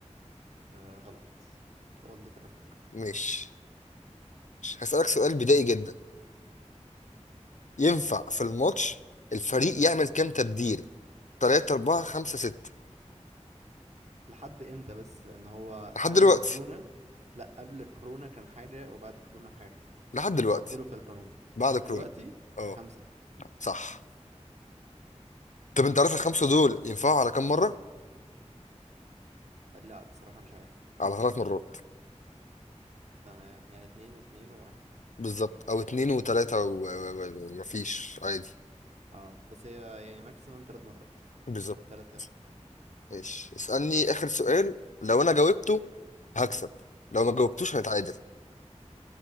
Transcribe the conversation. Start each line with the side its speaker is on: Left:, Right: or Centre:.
Right: آه غلط أولد ترافورد
Left: مش مش هسالك سؤال بدائي جدا ينفع في الماتش الفريق يعمل كام تبديل 3 4 5 6
Right: لحد إمتى بس لأن هو
Left: لحد
Right: قبل
Left: دلوقتي
Right: كورونا لأ قبل كورونا كان حاجة وبعد كورونا حاجة
Left: لحد دلوقتي
Right: هم عدلوا في القانون
Left: بعد
Right: دلوقتي
Left: كورونا اه
Right: خمسة
Left: صح طب انت عارف
Right: طيب
Left: الخمسه دول ينفعوا على كام مره
Right: لأ بصراحة مش عارف
Left: على ثلاث مرات
Right: تمام يعني اتنين واتنين وواحد
Left: بالظبط او اتنين وتلاتة و- و- و- ومفيش عادي
Right: اه بس هي يعني ماكسيمم تلات مرات
Left: بالظبط
Right: تلاتة أربعة
Left: ماشي اسألني اخر سؤال لو انا جاوبته هكسب لو ما جاوبتوش هنتعادل